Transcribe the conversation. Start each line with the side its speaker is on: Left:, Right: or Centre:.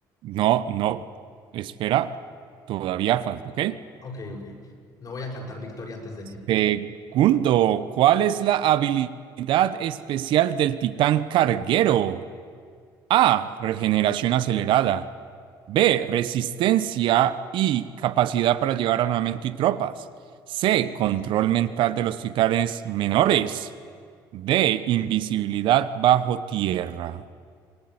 Right: No, no. Espera. Todavía falta, ¿ok?
Left: Ok, ok. No voy a cantar victoria antes de tiempo.
Right: Segundo, ¿cuál es la habilidad especial del titán carguero? A. Regeneración acelerada. B. Resistencia y capacidad para llevar armamento y tropas. C. Control mental de los titanes menores. D. Invisibilidad bajo tierra.